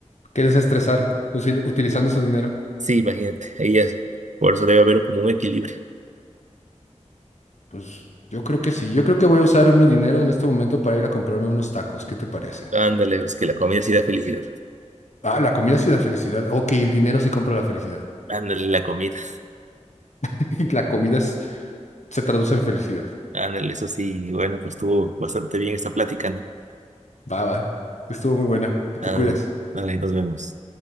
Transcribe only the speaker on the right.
Sí, imagínate, ahí es. Por eso debe haber como un equilibrio.
Ándale, es que la comida sí da felicidad.
Ándale, la comida.
Ándale, eso sí. Bueno, pues estuvo bastante bien esta plática, ¿no?
Ándale,
ándale, nos vemos.